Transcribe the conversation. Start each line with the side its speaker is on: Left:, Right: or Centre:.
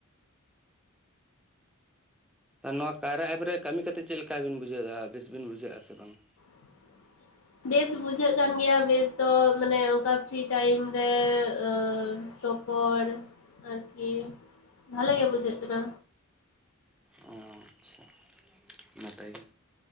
Centre: ᱟᱨ ᱱᱚᱣᱟ ᱠᱟᱭᱨᱟ ᱮᱯ ᱨᱮ ᱠᱟᱹᱢᱤ ᱠᱟᱛᱮᱫ ᱪᱮᱫ ᱞᱮᱠᱟ ᱵᱤᱱ ᱵᱩᱡᱷᱟᱹᱣᱮᱫᱟ? ᱵᱮᱥ ᱵᱤᱱ ᱵᱩᱡᱷᱟᱹᱣᱮᱜ-ᱟ ᱥᱮ ᱵᱟᱝᱟ?
Left: <inaudible> ᱵᱮᱥ ᱵᱩᱡᱷᱟᱹᱜ ᱠᱟᱱ ᱜᱮᱭᱟ ᱵᱮᱥ ᱫᱚ ᱢᱟᱱᱮ ᱚᱝᱠᱟ ᱯᱷᱨᱤ ᱴᱟᱭᱤᱢ ᱨᱮ, ᱚᱸ ᱨᱚᱯᱚᱲ ᱟᱨᱠᱤ ᱵᱷᱟᱞᱮ ᱜᱮ ᱵᱩᱡᱷᱟᱹᱜ ᱠᱟᱱᱟ
Centre: ᱚ ᱟᱪᱪᱷᱟ ᱱᱟᱯᱟᱭ ᱜᱮ